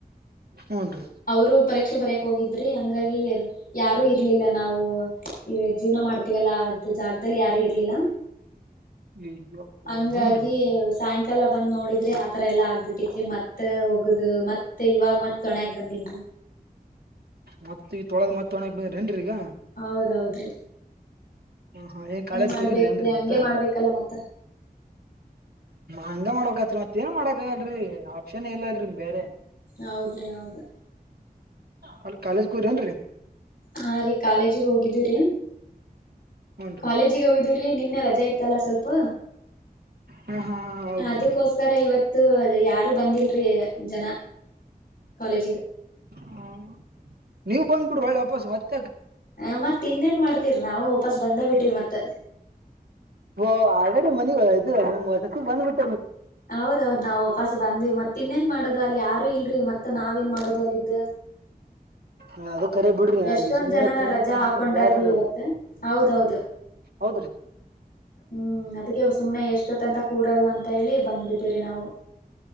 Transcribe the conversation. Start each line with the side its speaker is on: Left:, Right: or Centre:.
Right: ಹೂನ್ ರೀ
Left: ಅವರು ಪರೀಕ್ಷೆ ಬರೆಯಕ್ ಹೋಗಿದ್ದ ರಿ ಹಂಗಾಗಿ ಯಾರ ಯಾರು ಇರ್ಲಿಲ್ಲ ನಾವು ಇ ಜೀವನ ಮಾಡ್ತೀವಲ್ಲಾ ಜಾಗದಲ್ಲಿ ಯಾರು ಇರ್ಲಿಲ್ಲ
Right: ಅಯ್ಯಪ್ಪ
Left: ಹಂಗಾಗಿ
Right: ಹೂನ್ ರೀ
Left: ಕಾಲ ಬಂದ್ ನೋಡಿದ್ರೆ ಆತರ ಎಲ್ಲ ಆಗ್ಬಿಟ್ಟಿದತ್ರಿ ಮತ್ ಹೋಗುದು ಮತ್ತೆ ಇವಾಗ ಮತ್ ಹೊಣೆ ಬಂದಿನ್ರಿ
Right: ಮತ್ತತ್ ಈಗ ತೊಳದ್ ಮತ್ತತ್ ಒಣಕ್ ಬಂದ್ರ ಹೆಂಡ್ರಿ ಈಗ
Left: ಹೌದೌದ್ರಿ
Right: ಹಾ ಹಾ ಏನ್ ಕಾಲೇಜ್ಗೆ
Left: ಮಾಡ್ಬೇಕ್ರಿ
Right: ಹೋಗಿರಿ ಅಂದ್ರಿ
Left: ಹಂಗೆ
Right: ಇವತ್ತ
Left: ಮಾಡ್ಬೇಕಲ್ಲ ಮತ್ತ.
Right: ಹಂಗ ಮಾಡ್ಬೇಕತ್ರಿ ಮತ್ತೇನ್ ಮಾಡಕ್ ಆಗಲ್ಲ್ರಿ ಆಪ್ಷನ್ ಇಲ್ಲ ಇದ್ರಲ್ಲಿ ಬೇರೆ
Left: ಹೌದ್ರಿ ಹೌದು
Right: ಅ ಕಾಲೇಜ್ಗೆ ಹೋಗಿದೇರಿ
Left: ಹಾ ರೀ ಕಾಲೇಜಿಗೆ ಹೋಗಿದ್ದೀವ್ರರಿ
Right: ಹೂನ್ರಿ
Left: ಕಾಲೇಜಿಗೆ ಹೋಗಿದೀವ್ರೀ ನಿನ್ನೆ ರಜೆ ರಜೆ ಇತ್ತಲ್ಲ ಸ್ವಲ್ಪ
Right: ಹಾ ಹಾ ಹಾ ಹೌದ್ರಿ
Left: ಅದಿಕೋಸ್ಕರ ಇವತ್ತು ಯಾರು ಬಂದಿಲ್ರಿ ಜನ ಕಾಲೇಜಿಗೆ
Right: ಹ್ಮ ನೀವ್ ಬಂದುಬಿಡುವ ವಾಪಸ್ ಮತ್ತೆ
Left: ಹ ಮತ್ತ್ ಇನ್ನೇನ್ ಮಾಡ್ತೀರಿ ನಾವು ವಾಪಸ್ ಬಂದೇ ಬಿಟವಿ ಮತ್ತ
Right: ಓ ಆಲ್ರೆಡಿ ಮನ ಇದು ಅದುಕ್ಕೆ ಬಂದುಬಿಟ್ಟ
Left: ಹೌದೌದ್ ನಾವು ವಾಪಾಸ್ ನ್ರಿ ಮತ್ತ ಇನ್ನೇನ್ ಮಾಡೋದು ಅಲ್ಲಿ ಯಾರು ಇಲ್ರರಿ ಮತ್ತತ್ ನಾವ್ಏನ್ ಮಾಡೋದು ಅಲ್ಲಿದ್ದ
Right: ಹ್ಮ ಅದು ಕರೆ ಬಿಡ್ರಿ
Left: ಎಷ್ಟೊಂದ್
Right: ಅಲ್ಲಿ ಸುಮ್ಮ್ನೆ
Left: ಜನ
Right: ಕುೂತ್
Left: ರಜಾ
Right: ಕುೂತ್
Left: ಹಾಕೊಂಡಾರ್ರಿ
Right: ಕುತ್ ಬ್ಯಾಸ್ರದ
Left: ಇವತ್ ಹೌದೌದು
Right: ಹೌದ್ರಿ
Left: ಹ್ಮ್ ಅದಕ್ಕೆ ಸುಮ್ನೆ ಎಷ್ಟೊತ್ ಅಂತ ಕೂಡೋದು ಅಂತ ಹೇಳಿ ಬಂದ್ಬಿಟ್ಟಿರಿ ನಾವು